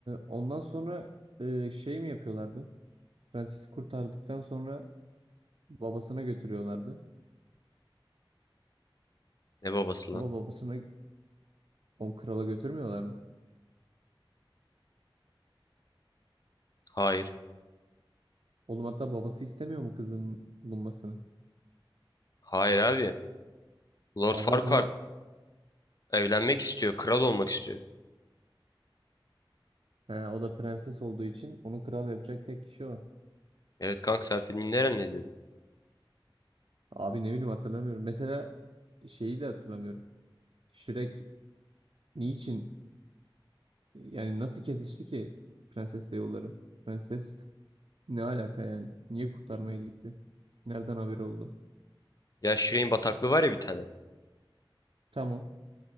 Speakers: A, on the right (about 70°); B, on the left (about 45°).
A: ondan sonra e, şey mi yapıyorlardı? Prensesi kurtardıktan sonra babasına götürüyorlardı.
B: Ne babası
A: Ama
B: lan?
A: babasına onu krala götürmüyorlar mı?
B: Hayır.
A: Oğlum hatta babası istemiyor mu kızın bulunmasını?
B: Hayır abi. Lord
A: Abi
B: Farquaad
A: o zaman
B: evlenmek istiyor. Kral olmak istiyor.
A: he, o da prenses olduğu için onu kral yapacak tek kişi o.
B: Evet kanka sen filmin nereden izledin?
A: Abi ne bileyim hatırlamıyorum. Mesela şeyi de hatırlamıyorum. Shrek niçin yani nasıl kesişti ki prensesle yolları? Prenses Ne alaka yani? Niye kurtarmaya gitti? Nereden haberi oldu?
B: Ya Shireen bataklığı var ya bir tane.
A: Tamam.